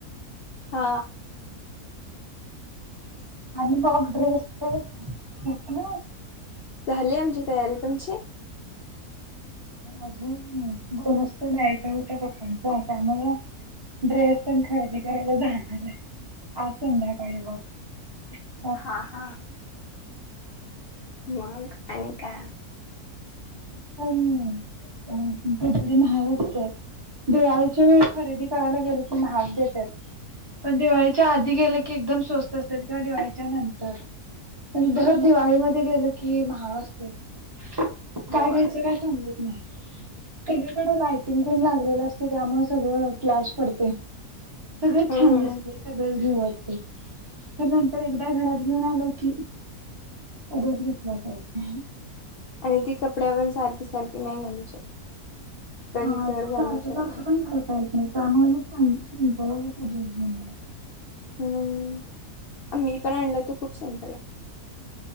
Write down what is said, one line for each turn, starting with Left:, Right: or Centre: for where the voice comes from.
Left: हा
Right: आणि मग ड्रेस ते घेतल!
Left: झाली आमची तयारी, तुमची?
Right: अजून गोणूच तर यायचा होता पप्पांचा त्यामुळ ड्रेस पण खरेदी करायला जाणार आहे असध्याकाळी बघ <unintelligible>
Left: हा हा... मग आणि काय!
Right: पण कपडे महाग असतात. दिवाळीच्या वेळी खरेदी करायला गेले की, महाग देतात पण दिवाळीच्या आधी गेले की, एकदम स्वस्त असतात. किंवा दिवाळीच्या नंतर पण दर दिवाळीमध्ये गेलं कि महाग असतात. काय
Left: होय
Right: घ्यायचं काय समजत नाही. सगळीकडे लायटिंग पण लागलेली असते. त्यामुळे सगळं! फ्लॅश पडते सगळेच
Left: हम्म
Right: छान दिसते सगळच घेऊ वाटतं. तर नंतर एकदा घरात घेऊन आल की, उगाच घेतला असं वाटतं.
Left: आणि ती कपड्यावर पण सारखी सारखी नाही घालू शकत. कधी
Right: मग,
Left: तर घालू
Right: सारखं
Left: शकता
Right: सारखं पण घालता येत नाही. त्यामुळे <unintelligible> ह ब <unintelligible> बम <unintelligible>
Left: हम्म, मी पण आणल तो खूप सिम्पल आहे.